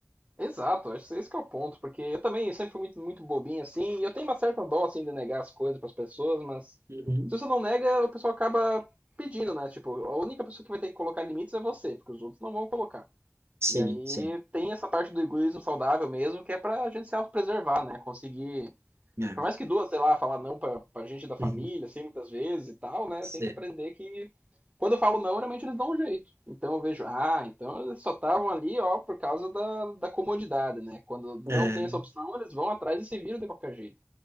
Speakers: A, on the right (about 25°); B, on the right (about 55°).
A: Exato, acho que esse que é o ponto, porque eu também sempre fui muito, muito bobinho assim, e eu tenho uma certa dó assim de negar as coisas para as pessoas, mas
B: Uhum.
A: se você não nega, o pessoal acaba pedindo, né? Tipo, a única pessoa que vai ter que colocar limites é você, porque os outros não vão colocar.
B: Sim,
A: E aí
B: sim.
A: tem essa parte do egoísmo saudável mesmo, que é pra gente se autopreservar, né? Conseguir
B: É.
A: Por mais que duas, sei lá, falar não pra, pra gente da família,
B: Uhum.
A: assim, muitas vezes e tal, né?
B: Sim.
A: Tem que aprender que quando eu falo não, realmente eles dão um jeito. Então eu vejo, ah, então eles só estavam ali, ó, por causa da, da comodidade, né? Quando não
B: É,
A: tem essa opção, eles vão atrás e se viram de qualquer jeito.